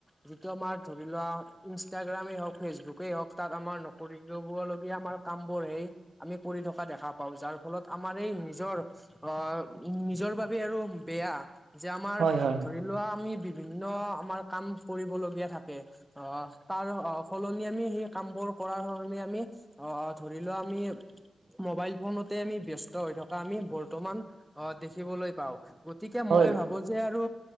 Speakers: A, in the centre; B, on the right (about 75°).
A: যিটো আমাৰ ধৰি লোৱা ইনষ্টাগ্ৰামেই হওঁক ফেচবুকেই হওঁক তাত আমাৰ নকৰিলগুৱা লগীয়া আমাৰ কামবোৰেই আমি কৰি থকা দেখা পাওঁ যাৰ ফলত আমাৰ এই নিজৰ অ', উ নিজৰ বাবে আৰু বেয়া যে আমাৰ
B: হয় হয়
A: ধৰি লোৱা আমি বিভিন্ন আমাৰ কাম কৰিবলগীয়া থাকে। অ' তাৰ সলনি আমি সেই কামবোৰ কৰাৰ সলনি আমি। অহ ধৰি লোৱা আমি মোবাইল ফোনতে আমি ব্যস্ত হৈ থকা আমি বৰ্তমান অ' দেখিবলৈ পাও গতিকে
B: হয়
A: মই ভাবো যে আৰু